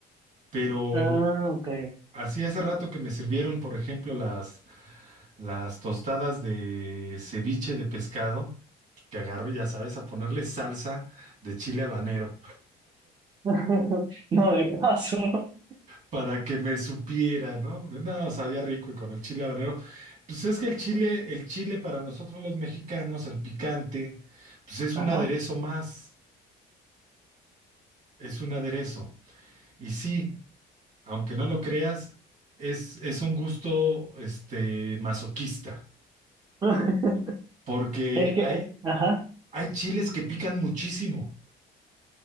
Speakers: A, on the right; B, on the right.
A: pero
B: ah, ok.
A: así hace rato que me sirvieron, por ejemplo, las las tostadas de ceviche de pescado, que agarro, ya sabes, a ponerle salsa de chile habanero.
B: <laughs> No, de paso.
A: para que me supiera, ¿no? No, sabía rico y con el chile habanero. Pues es que el chile, el chile para nosotros los mexicanos, el picante, pues es
B: Ajá.
A: un aderezo más, es un aderezo. Y sí, aunque no lo creas, es, es un gusto, este, masoquista,
B: <laughs>
A: porque
B: Es que,
A: hay,
B: ajá.
A: hay chiles que pican muchísimo.